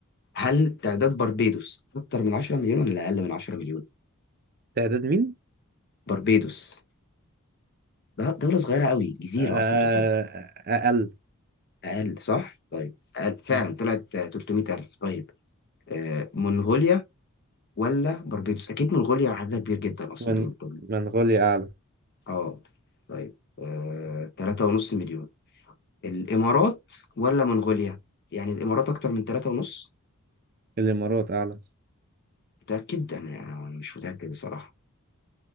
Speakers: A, on the left; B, on the right.
A: هل تعداد بربيدوس أكتر من 10 مليون ولا أقل من 10 مليون؟
B: تعداد مين
A: بربيدوس دولة صغيرة أوي جزيرة
B: آه
A: أصلا تعتبر
B: اقل
A: أقل صح؟ طيب أقل فعلا
B: م.
A: طلعت آه، 300 ألف طيب آه، منغوليا ولا بربيتوس اكيد منغوليا عددها كبير جدا اصلا
B: من
A: دول دول
B: منغوليا اعلى
A: اه طيب آه، تلاتة ونص مليون الامارات ولا منغوليا يعني الامارات اكتر من تلاتة ونص
B: الامارات اعلى
A: متأكد انا أنا مش متأكد بصراحة